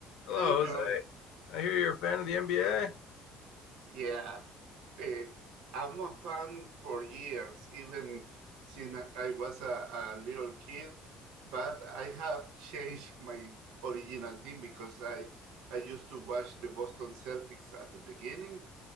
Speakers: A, on the left (about 75°); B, on the right (about 85°).
A: Hello,
B: Hi, John.
A: Jose. I hear you're a fan of the NBA.
B: Yeah, eh, I'm a fan for years, even since I was a, a little kid. But I have changed my original team because I I used to watch the Boston Celtics at the beginning,